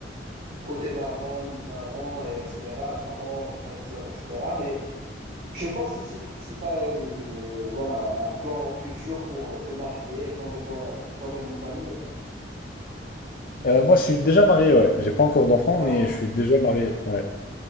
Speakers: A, on the right; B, on the left.
A: côté daron, daron, et etc., parents, frères, sœurs, etc. Mais je sais pas si, si, si tu as voilà, un plan futur pour euh, te marier, fonder toi, toi-même une famille. euh.
B: Euh, moi, je suis déjà marié, ouais. J'ai pas encore d'enfant,
A: Ah,
B: mais
A: ok.
B: je suis déjà marié, ouais.